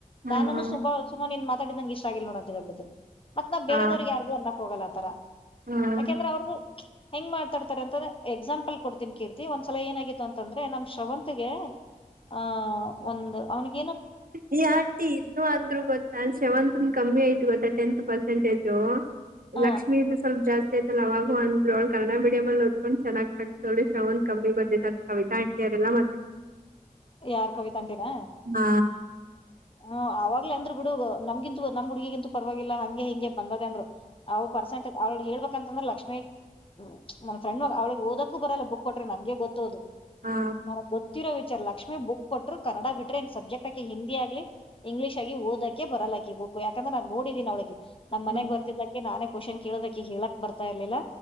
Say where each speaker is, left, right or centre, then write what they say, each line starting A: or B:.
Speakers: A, on the right; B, on the left.
A: ಹ್ಮ್
B: ನಾನು ಸುಮಾ ಸುಮ ನೀನ್ ಮಾತಾಡಿದ್ ನನಗೆ ಇಷ್ಟ ಆಗಿಲ್ಲ ನೋಡು ಅಂತ ಹೇಳಬಿಡ್ತೀನೆ ಮತ್ ನಾ
A: ಹಾ
B: ಬೇರದವ್ರಿಗೆ ಯಾರ್ ಅನ್ನಕ್ ಹೋಗಲ್ಲ ಆ ತರ
A: ಹ್ಮ್
B: ಯಾಕೆಂದ್ರೆ ಅವ್ರದು ಹೆಂಗ್ ಮಾಡ್ತಾರೆ ಅಂತಂದ್ರೆ ಎಕ್ಸಾಂಪಲ್ ಲ್ ಕೊಡ್ತೀನ್ ಕೀರ್ತಿ ಒಂದ್ಸಲ ಏನಾಗಿತ್ತು ಅಂತಂದ್ರೆ ನಮ್ ಶ್ರಾವಂತಗೆ ಆಹ ಒಂದು ಅವನಿಗ್
A: ಹೆ ಆಂಟಿ ಅಂದ್ರೂ ಗೊತ್ತಾ ಶಾವಂತ್ ದ್ದು ಕಮ್ಮಿ ಆಯೈತ್ ಗೊತ್ತಾ ಟೆಂತ್ ಪರ್ಸೆಂಟೇಜು.
B: ಹ
A: ಲಕ್ಷ್ಮಿದು ಸ್ವಲ್ಪ ಜಾಸ್ತ್ ತ್ತಲ್ಲ ಅವಾಗ ಅಂದ್ರೂ ಅವಳ ಕನ್ನಡ ಮೀಡಿಯಂ ಅಲ್ಲಿ ಓದಕೊಂಡು ಚೆನ್ನಾಗಿ ತಗದೊವಳೆ ಶಾವಂತ್ ಕಮ್ಮಿ ಬಂದೈತ್ ಅಲ್ಲ ಕವಿತಾ ಅಂಟಿ ಅವರೆಲ್ಲ ಮತ್
B: ಯಾರು ಕವಿತ ಅಂಟಿನ.
A: ಹಾ
B: ಹ್ಮ್ ಅವಾಗ್ಲೆ ಅಂದ್ರರು ಬಿಡು ನಮ್ಗಿಂತ ನಮ್ಮ ಹುಡ್ಗಿಗಿಂತ ಪರವಾಗಿಲ್ಲ ಹಂಗೆ ಹಿಂಗೆ ಬಂದದೆ ಅಂದ್ರು ಅವು ಪರ್ಸೆಂಟೇಜ್ ಅವಳ್ ಹೇಳ್ಬೇಕಂತಂದ್ರೆ ಲಕ್ಷ್ಮೀಗ್ ಹ್ಮ್ ನನ್ ಫ್ರೆಂಡ್ ಅವ್ಳಿಗೆ ಓದಕ್ಕೂ ಬರಲ್ಲ ಬುಕ್ ಕೊಟ್ರು ನನಗೆ ಗೊತ್ತು ಅದು
A: ಹಾ
B: ನನಗ್ ಗೊತ್ತ್ ತ್ತಿರೋ ವಿಚಾರ ಲಕ್ಷ್ಮೀ ಬುಕ್ ಕೊಟ್ಟರು ಕನ್ನಡ ಬಿಟ್ರೆ ಅನ್ ಸಬ್ಜೆಕ್ಟ್ ಆಕೆ ಹಿಂದಿ ಆಗ್ಲಿ ಇಂಗ್ಲೀಷ್ ಆಗಿ ಓದಕೆ ಬರಲಾಕಿ ಬುಕ್ ಯಾಕಂದ್ರೆ ನಾನ್ ನೋಡಿದೀನಿ ಅವಳಿಗೆ ನಮ್ ಮನೆಗ್
A: ಹ್ಮ್
B: ಬರ್ತಿದ್ಲ ಕೆ ನಾನೇ ಕ್ವಾಶ್ನ್ ಕೇಳೋದಾಕಿಗೆ ಹೇಳಕ್ ಬರತ್ತ ಇರ್ಲಿಲ್ಲ